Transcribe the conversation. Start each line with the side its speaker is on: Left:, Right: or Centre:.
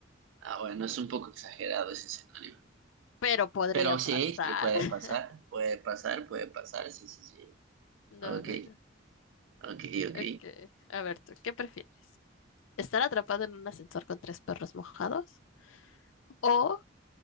Right: Ah, bueno, es un poco exagerado ese escenario.
Left: Pero podría
Right: Pero
Left: pasar.
Right: sí, sí, puede
Left: <laughs>
Right: pasar, puede pasar, puede pasar, sí, sí, sí.
Left: No,
Right: Ok,
Left: no, no.
Right: ok, ok.
Left: Ok. A ver, tú, ¿qué prefieres? ¿Estar atrapado en un ascensor con tres perros mojados o